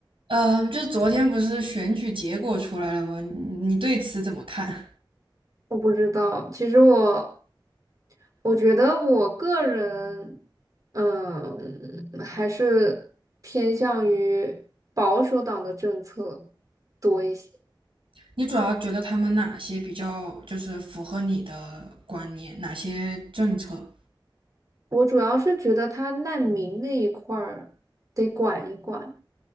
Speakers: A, on the right (about 85°); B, on the right (about 40°).
A: 嗯，就是昨天不是选举结果出来了吗？你你对此怎么看？
B: 我不知道，其实我我觉得我个人，嗯，还是偏向于保守党的政策多一些。
A: <laughs> 你主要觉得他们哪些比较就是符合你的观念，哪些政策？
B: 我主要是觉得他难民那一块儿得管一管，